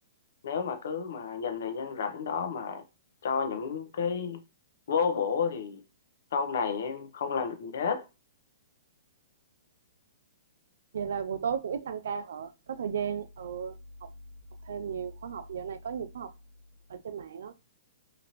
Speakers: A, on the left; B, on the right.
A: nếu mà cứ mà dành thời gian rảnh đó mà cho những cái vô bổ thì sau này em không làm được gì hết
B: vậy là buổi tối cũng ít tăng ca hả có thời gian ừ, học học thêm nhiều khóa học dạo này có nhiều khóa học ở trên mạng đó